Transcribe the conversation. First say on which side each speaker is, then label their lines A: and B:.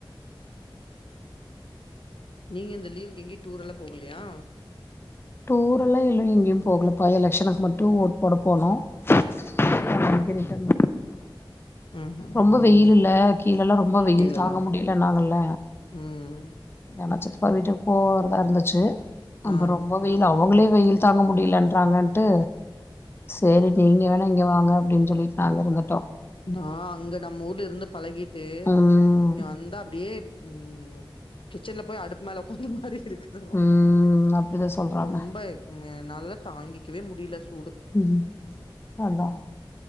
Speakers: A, on the left (about 70°); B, on the left (about 25°).
A: நீங்க இந்த லீவ்க்கு எங்கயி டூர் எல்லா போகலையா
B: டூர் எல்லா இல்ல எங்கயும் போகலப்பா எலக்ஷனுக்கு மட்டு ஓட் போட போனோ <inaudible> ரிட்டன்
A: ம்ஹூம்
B: ரொம்ப
A: ம்
B: வெயில் இல்ல கீழலெலா ரொம்ப வெயில்
A: கீழலா
B: தாங்க
A: ஆமா
B: முடியல னாங்கள்ல
A: ம்
B: ஏனா சித்தப்பா வீட்டுக்கு போறதா இருந்துச்சு அப்ப
A: ஆ
B: ரொம்ப வெயில் அவங்களே வெயில் தாங்க முடியலன்றாங்கன்ட்டு சரி நீங்க வேணா இங்க வாங்க அப்டின்னு சொல்லிட்டு நாங்க ருந்துட்டோ
A: வா அங்க நம்ம ஊர்ல இருந்து பழகிட்டு
B: ம்
A: இங்க வந்தா அப்டியே உம் கிச்சன்ல போய் அடுப்பு மேல உக்காந்த மாரி இருக்கு திருமா
B: ம் அப்டிதா சொல்றாங்க
A: ரொம்ப நல்ல தாங்கிக்கவே முடியல சூடு
B: ம் அதா
A: ம்